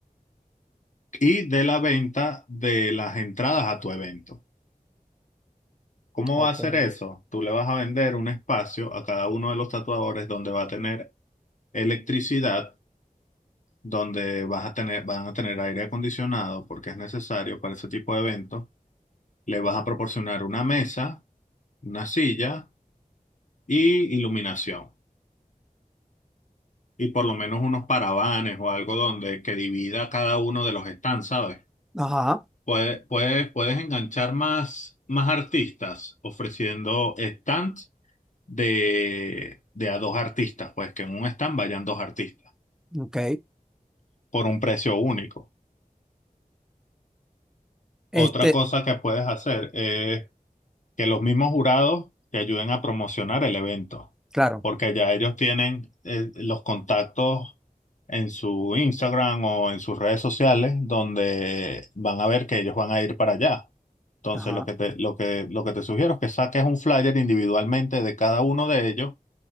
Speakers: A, on the left; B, in the centre.
A: y de la venta de las entradas a tu evento. ¿Cómo
B: ok.
A: va a hacer eso? Tú le vas a vender un espacio a cada uno de los tatuadores donde va a tener electricidad, donde vas a tener, van a tener aire acondicionado porque es necesario para ese tipo de eventos. Le vas a proporcionar una mesa una silla y iluminación. Y por lo menos unos paravanes o algo donde que divida cada uno de los stands, ¿sabes?
B: Ajá,
A: Puede, puede- puedes enganchar más, más artistas ofreciendo stands de, de a dos artistas, pues que en un stand vayan dos artistas
B: ok.
A: por un precio único.
B: Este,
A: Otra cosa que puedes hacer es que los mismos jurados te ayuden a promocionar el evento,
B: claro,
A: porque ya ellos tienen eh, los contactos en su Instagram o en sus redes sociales donde van a ver que ellos van a ir para allá. Entonces,
B: ajá.
A: lo que te, lo que, lo que te sugiero es que saques un flyer individualmente de cada uno de ellos